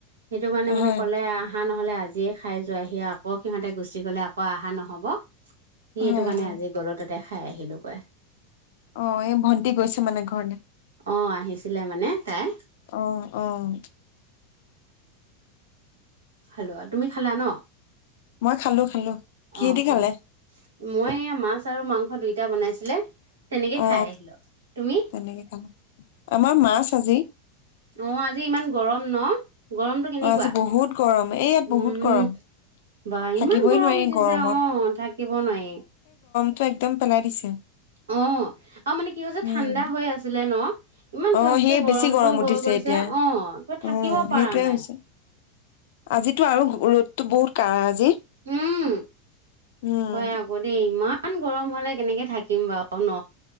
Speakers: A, on the right; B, on the left.
A: সেইটো মানে-মানে
B: হয়
A: ক'লে আহ। আহহা নহলে আজিয়ে খাই যোৱ আহি আকৌ সিহঁতে গুচি গলে আকৌ আহহা নহব সেইটো
B: হয়
A: কাৰণে
B: হয়
A: আজি ঘলৰত তাতে খাই আহিলোগৈ
B: অ এই ভণ্টি গৈছো মানে ঘৰলে
A: অঁ আহিছিলে মানে তাই
B: আহ আহ
A: হেল্ল' তুমি খালা ন
B: মই খালো খালো কি
A: অ
B: হেদি খালে
A: অ মই এয়া মাছ আৰু মাংস দুইটা বনাইছিলে তেনেকে
B: অ
A: খাই আহিলো তুমি
B: তেনেকে খালো আমাৰ মাছ আজি
A: অ আজি ইমান গৰম ন গৰমটো কেনেকুৱা
B: অ আজি বহুত গৰম এই ইয়াত
A: উম
B: বহুত গৰম
A: বা
B: থাকিবই
A: ইমান গৰম
B: নোৱাৰি
A: দিছে
B: গৰমত
A: আহ থাকিব নোৱাৰি
B: টো একদম পেলাই দিছে
A: আহ আৰু মানে কি হৈছে
B: উম
A: ঠাণ্ডা হৈ আছিলে ন ইমান
B: অ
A: খচকে
B: সেই
A: গৰমটো
B: বেছি গৰম উঠিছে
A: হৈ গৈছে
B: এতিয়া
A: আহ কিবা
B: উম
A: থাকিব
B: সেইটোয়ে
A: পৰা নাই
B: হৈছে আজিতো আৰু ৰ'দতো বহুত কাজ
A: উম
B: উম
A: হয় আকৌ দেই ইমমান ইমান গৰম হলে কেনেকে থাকিম বাৰু ন